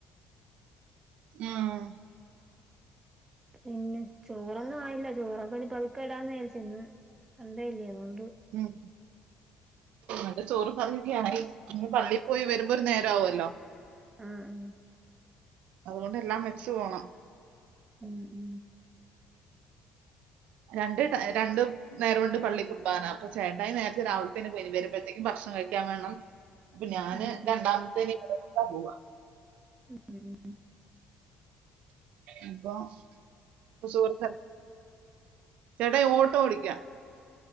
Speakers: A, on the right (about 75°); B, on the right (about 25°).
A: <unintelligible>
B: പിന്നെ ചോറൊന്നും ആയില്ല ചോറൊക്കെ പതുക്കെടാന്ന് വിചരിച്ചുെന്ന് സണ്ടേയില്ലേ അതോണ്ട്
A: ഉം ന്റെ ചോറും കറിയൊക്കായി പള്ളി പോയി വരുമ്പോ ഒരു നേരം ആവല്ലോ
B: ഉം
A: അതുകൊണ്ട് എല്ലാം വെച്ച് പോണം
B: ഉം ഉം
A: രണ്ട് രണ്ട് നേരമുണ്ട് പള്ളി കുർബാന ചേട്ടായി നേരത്തെ രാവിലത്തെ പോയി വരുമ്പോഴത്തേക്കും ഭക്ഷണം കഴിക്കാൻ വേണം അപ്പൊ ഞാൻ
B: ഉം ഉം ഉം ഉം
A: രണ്ടാമത്തേന് എപ്പോഴാ പോവാ
B: <inaudible>
A: അപ്പൊ ചോറ് കറി ചേട്ടായി ഓട്ടോ ഓടിക്കാ